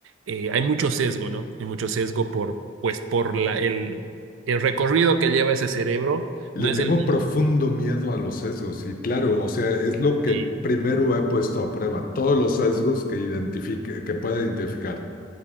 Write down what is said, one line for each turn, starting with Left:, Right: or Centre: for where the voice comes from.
Right: eh, hay mucho sesgo, ¿no? Hay mucho sesgo por, pues, por la, el, el recorrido que lleva ese cerebro, no
Left: Le
Right: es
Left: tengo
Right: el mismo.
Left: profundo miedo a los sesgos, y claro, o sea, es lo que
Right: Sí,
Left: primero he puesto a prueba, todos los sesgos que identifique, que pueda identificar.